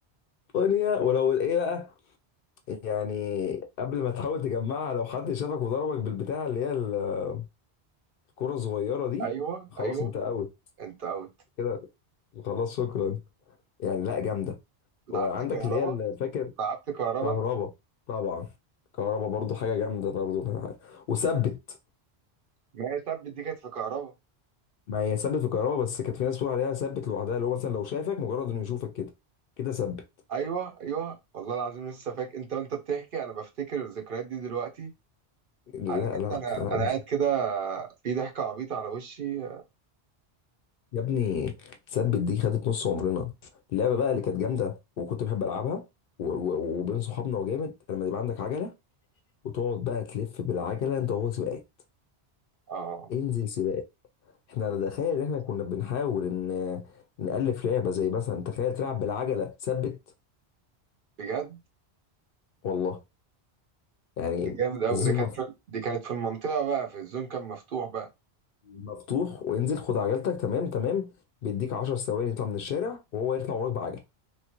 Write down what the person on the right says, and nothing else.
ايوه
ايوه
انت اوت
لعبت كهربا
لعبت كهربا
انت
ما هي سب دي كانت في كهربا
ايوه ايوه والله العظيم لسه فاكر انت وانت بتحكي انا بفتكر الذكريات دي دلوقتي
عارف انت
انا
انا
قاعد كده في ضحكه عبيطه على وشي
اه
بجد
جامد قوي
ده كانت في... دي كانت في المنطقه بقى في الزون كان مفتوح بقى